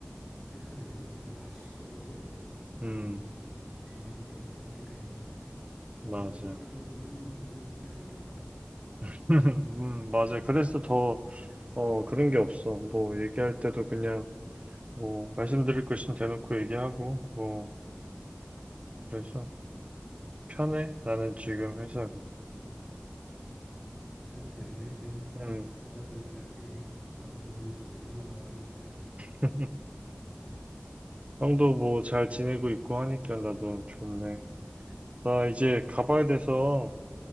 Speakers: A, in the centre; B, on the right (about 30°).
A: 회사 내에서는 좀 가십거리들
B: 음,
A: 그런 것들도 좀 조심하게 되고 그렇게 되는 것 같아. 남자들이랑만
B: 맞아.
A: 있으면 좀 편하겠다.
B: <laughs> 음, 맞아. 그래서 더, 어, 그런 게 없어. 뭐, 얘기할 때도 그냥, 뭐, 말씀드릴 거 있으면 대놓고 얘기하고, 뭐, 그래서 편해. 나는 지금 회사가.
A: 음, 잘 됐네. 듣-
B: 음.
A: 듣다 보니까 되게 나도 기분이 좋네. 편하다고 하니까.
B: <laughs> 형도 뭐 잘 지내고 있고 하니까 나도 좋네. 나 이제 가봐야
A: 그래요.
B: 돼서,